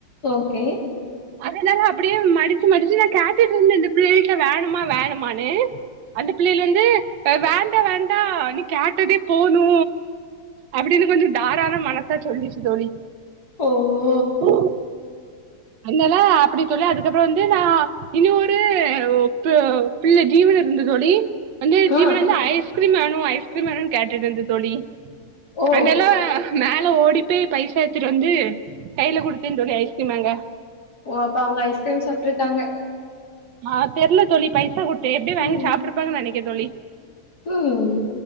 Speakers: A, on the left; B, on the right.
A: ஓகே
B: அதனால அப்டியே மடிச்சு மடிச்சு நா கேட்டட்டு இருந்த இந்த புள்ளயல்ட்ட வேணுமா வேணமான்னு அந்த பிள்ளைைக வந்து வேண்டா வேண்டா கேட்டதே போது அப்டின்னு கொஞ்சோ தாராள மனசா சொல்லிடுச்சு தோழி
A: ஓ
B: ஓ அய்லாதா அப்டி சொல்லி அதுக்கப்பற வந்து நா இன்னொ ஒரு ஒக்கு பிள்ள ஜீவன் இருந்து தோழி அந்த ஜீவனல்ல
A: ஆ
B: ஐஸ் கிரீம் வேணு ஐஸ் கிரீம் வேணு கேட்டுட்ந்து தோழி
A: ஓ
B: அன்னல்ல மேல ஓடிப்போய் பைசா எடுத்துட்டு வந்து கையில குடுத்தே தோழி ஐஸ்கிரீம் வாங்க
A: ஓ அப்ப அவங்க ஐஸ்கிரீம் சாப்ட்டுருக்காங்க
B: ஆ தெர்ல தோழி பைசா குடுத்தே எப்டி வாங்கி
A: ம்
B: சாப்ட்டுருப்பாங்கன் நெனக்கே தோழி
A: ம்